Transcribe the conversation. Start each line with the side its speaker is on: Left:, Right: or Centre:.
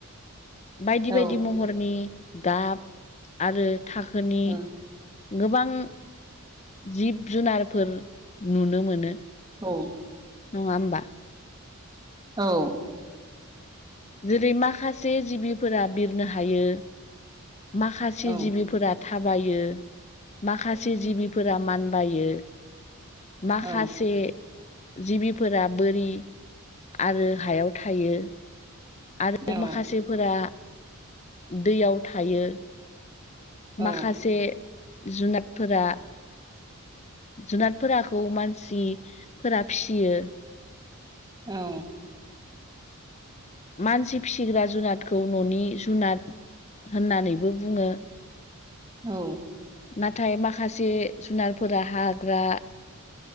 Left: बायदि
Right: औ
Left: बायदि महरनि गाब आरो थाखोनि
Right: ओ
Left: गोबां जिब जुनारफोर नुनो मोनो
Right: औ
Left: नङा होमबा
Right: औ
Left: जेरै माखासे जिबिफोरा बिरनो हायो। माखासे
Right: औ
Left: जिबिफोरा थाबायो माखासे जिबिफोरा मानबायो। माखासे
Right: औ
Left: जिबिफोरा बोरि आरो हायाव थायो आरो
Right: औ
Left: माखासेफोरा दैयाव थायो
Right: औ
Left: माखासे जुनादफोरा जुनादफोराखौ मानसिफोरा फियो
Right: औ
Left: मानसि फिसिग्रा जुनादखौ न'नि जुनाद होननानैबो बुङो
Right: औ
Left: नाथाय माखासे जुनारफोरा हाग्रा